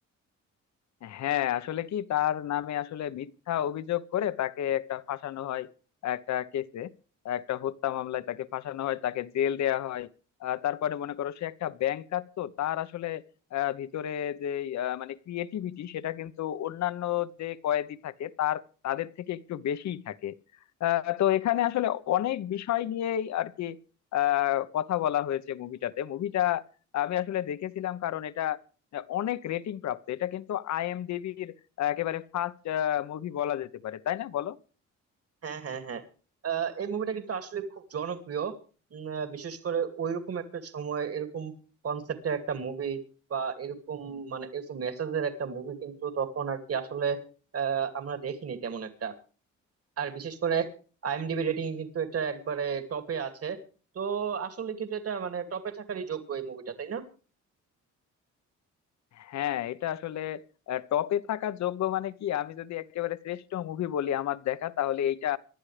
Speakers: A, on the left; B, on the right.
A: হ্যাঁ আসলে কি তার নামে আসলে মিথ্যা অভিযোগ করে তাকে একটা ফাঁসানো হয় একটা কেসে একটা হত্যা মামলায় তাকে ফাঁসানো হয় তাকে জেল দেয়া হয় আহ, তারপরে মনে করো সে একটা ব্যাংকার তো তার আসলে আহ, ভিতরে যে আহ, মানে ক্রিয়েটিভিটি সেটা কিন্তু অন্যান্য যে কয়েদি থাকে তার তাদের থেকে একটু বেশিই থাকে আহ, তো এখানে আসলে অনেক বিষয় নিয়েই আর কি আহ কথা বলা হয়েছে মুভিটাতে মুভিটা আমি আসলে দেখেছিলাম কারণ এটা আহ, অনেক রেটিং প্রাপ্ত এটা কিন্তু আইএমডিবির একেবারে ফার্স্ট মুভি বলা যেতে পারে তাই না বলো
B: হ্যাঁ হ্যাঁ হ্যাঁ আহ, এই মুভিটা কিন্তু আসলে খুব জনপ্রিয় উম, আহ, বিশেষ করে ওইরকম একটা সময় এরকম কনসেপ্টের একটা মুভি বা এরকম মানে এরকম মেসেজের একটা মুভি কিন্তু তখন আর কি আসলে আহ, আমরা দেখিনি তেমন একটা আর বিশেষ করে আইএমডিবি রেটিং কিন্তু এটা একবারে টপে আছে তো আসলে কিন্তু এটা মানে টপে থাকারই যোগ্য এই মুভিটা তাই না
A: হ্যাঁ এটা আসলে টপে থাকার যোগ্য মানে কি আমি যদি একেবারে শ্রেষ্ঠ মুভি বলি আমার দেখা তাহলে এইটা